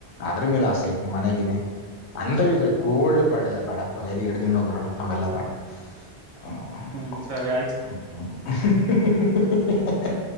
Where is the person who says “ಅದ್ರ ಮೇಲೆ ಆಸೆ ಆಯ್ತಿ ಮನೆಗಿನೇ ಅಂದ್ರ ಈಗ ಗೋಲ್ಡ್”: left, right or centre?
Left